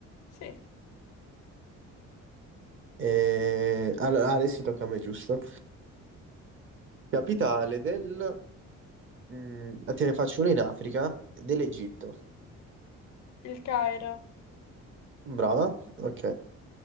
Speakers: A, on the left; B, on the right.
A: Sì,
B: Eh, allora, adesso tocca a me, giusto? Capitale del... mm, te ne faccio una in Africa, dell'Egitto.
A: il Cairo.
B: Brava, ok.